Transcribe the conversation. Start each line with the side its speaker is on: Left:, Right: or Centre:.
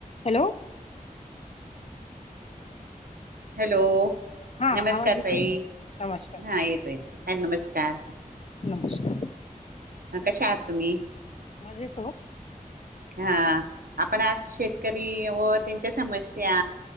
Left: Hello!
Right: Hello
Left: हा
Right: नमस्कार
Left: आवाज येतो
Right: ताई
Left: नमस्कार नमस्कार
Right: हा येतो, येतो ह नमस्कार
Left: नमस्कार,
Right: हा कशा आहात तुम्ही,
Left: मजेत ओ.
Right: हा आपण आज शेतकरी व त्यांच्या समस्या